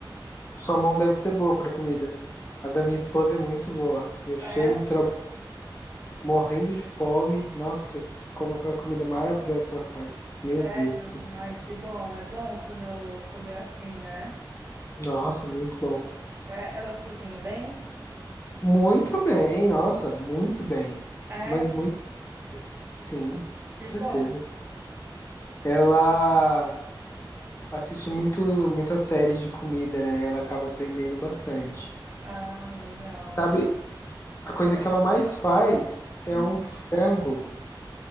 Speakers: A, on the left; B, on the right.
A: Sua mão deve ser boa pra comida. A da minha esposa é muito boa. Eu
B: É?
A: chego do trabalho morrendo de fome. Nossa, que como aquela comida maravilhosa que ela faz. Meu
B: Sério?
A: Deus.
B: Ai, que bom. É bom quando, quando é assim, né?
A: Nossa, muito bom.
B: É, ela cozinha bem?
A: Muito bem, nossa, muito bem.
B: É,
A: Mas muito, sim, com
B: que
A: certeza.
B: bom.
A: Ela assiste muito, muitas séries de comida, né? Ela acaba aprendendo bastante.
B: Ah, legal.
A: Sabe, a coisa que ela mais faz é
B: Hum.
A: um frango